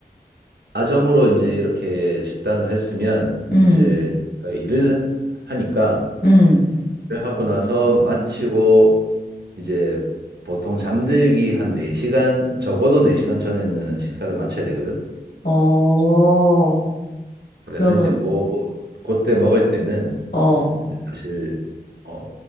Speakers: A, on the right; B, on the left.
A: 아점으로 이제 이렇게 식단을 했으면
B: 음,
A: 이제 일을 하니까
B: 음.
A: 하고 나서 마치고 이제 보통 잠들기 한 4시간, 적어도 4시간 전에는 식사를 마쳐야 되거든.
B: 어,
A: 그래서
B: 그러면,
A: 이제 그, 그때 먹을 때는
B: 어,
A: 이제 사실 어,